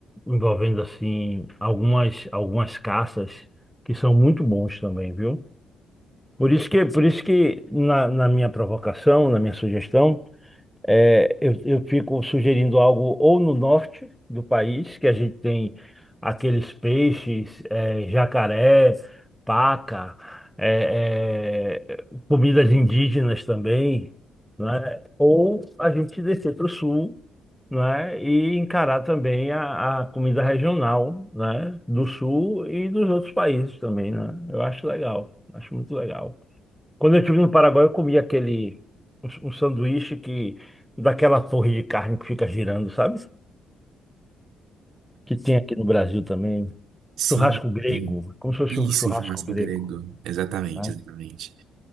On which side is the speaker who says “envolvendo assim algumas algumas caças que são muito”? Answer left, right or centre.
Centre